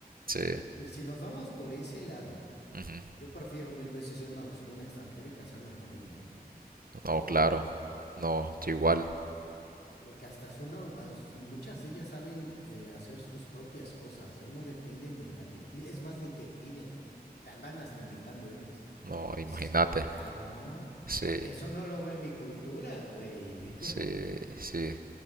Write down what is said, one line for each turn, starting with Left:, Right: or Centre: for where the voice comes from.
Right: sí,
Left: Y si nos vamos por ese lado,
Right: ujú.
Left: yo prefiero mil veces irme a buscar una extranjera y casarme con ella, ¿eh? Definitivo.
Right: No, claro. No, yo igual.
Left: Porque hasta son, au- as- muchas de ellas saben eh, hacer sus propias cosas, ¿eh? No dependen de nadie. Ni- Es más, ni te piden, güey. Te andan hasta invitando ellas.
Right: No, imagínate.
Left: Dices, ah, cabrón.
Right: Sí,
Left: Eso no lo veo en mi cultura, güey. <laughs>
Right: sí, sí.